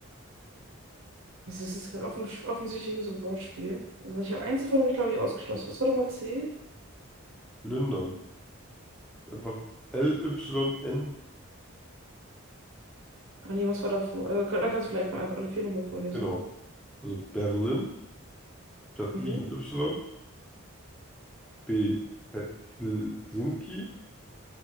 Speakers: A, on the right (about 70°); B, in the centre.
A: Das ist jetzt kein offen, offensichtlich irgend so ein Wortspiel. Also ich habe eins davon, habe ich glaube ich ausgeschlossen. Was war nochmal C?
B: London. Einfach L-Y-N-D-O-N.
A: Ah nee, was war davor? Also, da kannst du vielleicht einfach alle vier nochmal vorlesen.
B: Genau. Also Berlin statt
A: Mhm.
B: I mit Y. B. Hel- Helsinki